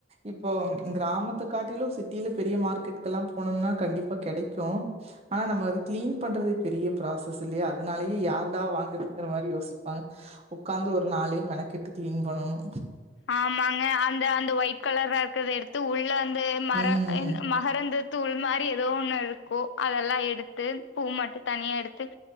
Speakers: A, on the right (about 35°); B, on the left (about 90°).
A: இப்போ கிராமத்த காட்டிலு சிட்டில பெரிய மார்க்கெட்கலா போனம்னா கண்டிப்பா கெடைக்கு ஆனா நம்ம அது கிளீன் பண்றதே பெரிய ப்ராசஸ் இல்லியா அதுனாலயே யார்டா வாங்குதுங்கிற மாரி யோசிப் பாங்க உக்காந்து ஒரு நாளே மெனக்கெட்டு கிளீன் பண்ணணு
B: ஆமாங்க அந்த அந்த ஒயிட் கலரா இருக்கத எடுத்து உள்ள வந்து மர
A: ம்
B: இந் மகரந்த தூள் மாரி ஏதோ ஒண்ணு இருக்கு அதெல்லா எடுத்து பூ மட்டு தனியா எடுத்து